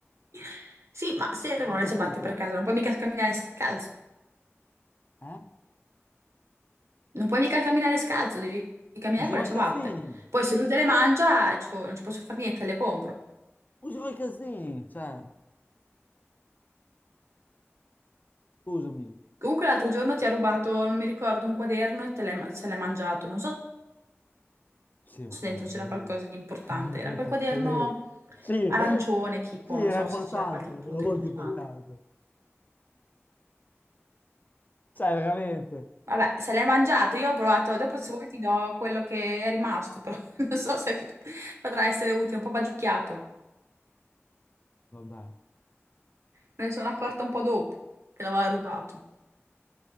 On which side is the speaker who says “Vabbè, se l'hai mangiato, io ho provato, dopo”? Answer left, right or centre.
Right